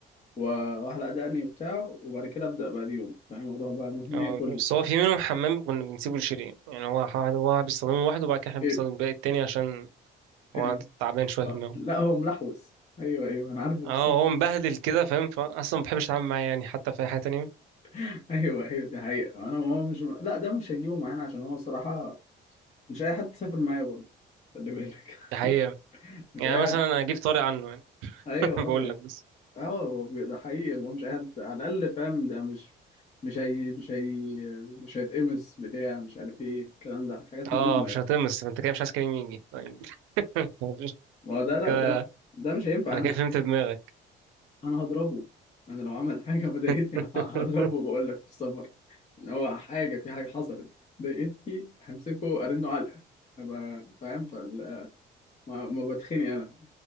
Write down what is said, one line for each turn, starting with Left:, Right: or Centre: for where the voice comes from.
Left: و- واحلق دقني وبتاع وبعد كده ابدا بقى اليوم فاهم اروح بقى من هنا
Right: اه
Left: اكل
Right: بس هو في منهم حمام كنا بنسيبه لشيرين يعني هو ح- هو بيستخدمه لوحده وبعد كده احنا
Left: ايه
Right: بنستخدم الباقي التاني عشان
Left: <laughs>
Right: هو تعبان شوية
Left: آه،
Right: في دماغه
Left: لا هو ملحوس ايوه ايوه انا عارفه في
Right: اه
Left: الصف
Right: هو مبهدل كده فاهم فأصلا ما بحبش أتعامل معاه يعني حتى في أي حاجة تانية
Left: <laughs> ايوه ايوه دي حقيقه انا هو مش لا ده مش هنجيبه معانا عشان هو صراحه مش اي حد تسافر معايا برضه خلي بالك
Right: دي حقيقة
Left: <laughs> مش
Right: يعني
Left: اي
Right: مثلا
Left: حد
Right: أنا أجيب طارق عنه يعني
Left: ايوه
Right: <laughs> بقول
Left: اه يعني
Right: لك بس
Left: اه هو بجد- ده حقيقي اللي هو مش اي حد على الاقل فاهم ده مش مش هي مش هي مش هيتقمص بتاع مش عارف ايه الكلام ده حاجات
Right: اه
Left: مهمه
Right: مش
Left: يعني
Right: هتمس فأنت كده مش عايز كريم يجي طيب <laughs> مفيش-
Left: ما هو ده لا
Right: كده
Left: ده ده مش هينفع
Right: أنا
Left: انا
Right: كده فهمت دماغك
Left: انا هضربه انا لو عمل حاجه مضايقتني
Right: <laughs>
Left: ه- هضربه بقول لك في السفر ان هو حاجه في حاجه حصلت ضايقتني همسكه ارنه علقه ابقى فاهم فال... ما... ما بتخني انا